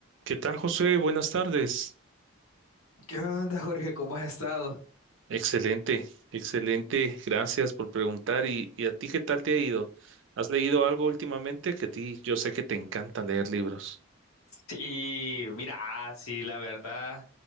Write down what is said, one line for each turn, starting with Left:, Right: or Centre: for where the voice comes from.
Right: ¿Qué tal, José? Buenas tardes.
Left: ¿Qué onda, Jorge? ¿Cómo has estado?
Right: Excelente, excelente. Gracias por preguntar. ¿Y, y a ti qué tal te ha ido? ¿Has leído algo últimamente? Que a ti yo sé que te encanta leer libros.
Left: Sí, mira, ah, sí, la verdad.